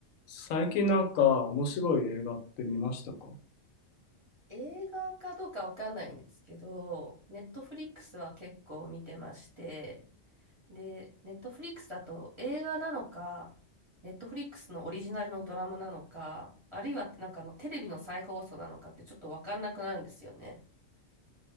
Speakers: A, on the left; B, on the right.
A: 最近なんか面白い映画って見ましたか
B: 映画かどうかわかんないんですけど、ネットフリックスは結構見てまして、で、ネットフリックスだと映画なのか、ネットフリックスのオリジナルのドラマなのか、あるいはなんかあのテレビの再放送なのかってちょっとわかんなくなるんですよね。